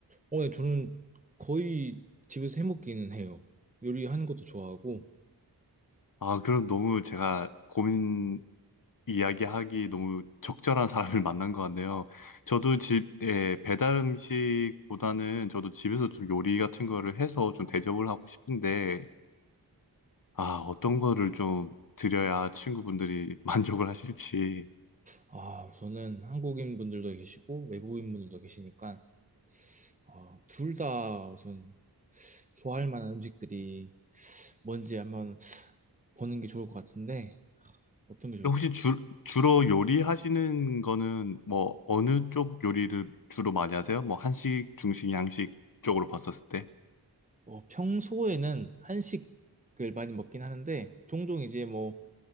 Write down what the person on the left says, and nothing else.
아, 그럼 너무 제가 고민을 이야기하기 너무 적절한 사람을 <laughs> 만난 것 같네요. 저도 집에 배달 음식보다는 저도 집에서 좀 요리 같은 거를 해서 좀 대접을 하고 싶은데, 아, 어떤 거를 좀 드려야 친구분들이 <laughs> 만족을 하실지.
혹시 주, 주로 요리하시는 거는 뭐 어느 쪽 요리를 주로 많이 하세요? 뭐 한식, 중식, 양식 쪽으로 봤었을 때?